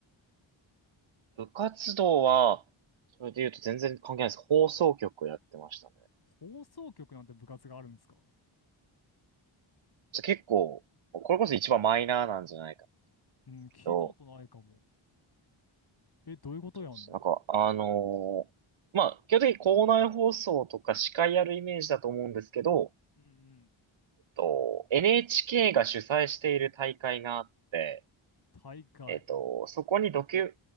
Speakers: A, on the right; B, on the left.
A: 部活動は、それで言うと全然関係ないです。放送局をやってましたね。
B: 放送局なんて部活があるんですか
A: ちょ結構、これこそ一番マイナーなんじゃないか
B: うん、聞いたことないかも。
A: けど、
B: え、どういうことやんの
A: そうですね。なんか、あのーまあ、基本的に校内放送とか司会やるイメージだと思うんですけど、
B: うんうん。
A: と NHK が主催している大会があって、
B: 大会。
A: えっと、そこにドキュ、